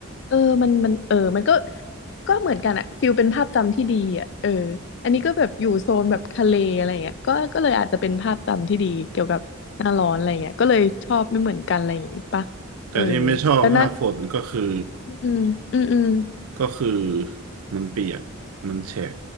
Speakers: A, on the left; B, on the right.
A: เออมันมันเออมันก็ก็เหมือนกันอะฟิลเป็นภาพจำที่ดีอะเอออันนี้ก็แบบอยู่โซนแบบทะเลอะไรอย่างเงี้ยก็ก็เลยอาจจะเป็นภาพจำที่ดีเกี่ยวกับหน้าร้อนอะไรอย่างเงี้ยก็เลยชอบไม่เหมือนกันอะไรอย่างงี้ปะ
B: แต่ที่ไม่ชอบหน้าฝนก็คือ
A: เออแล้วนั้นอืมอืมอืม
B: ก็คือมันเปียกมันแฉะ